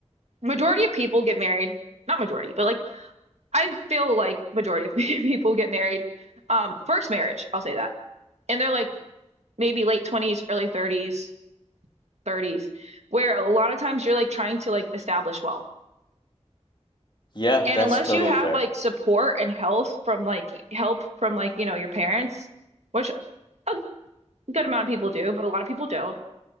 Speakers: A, on the right; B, on the left.
A: majority of people get married, not majority, but like I feel like majority of <laughs> people get married, um, first marriage, I'll say that. And they're like maybe late 20s, early 30s, 30s, where a lot of times you're like trying to like establish wealth.
B: Yeah,
A: And
B: that's
A: unless
B: totally
A: you have
B: fair.
A: like support and health from like help from like, you know, your parents, which a good amount of people do, but a lot of people don't.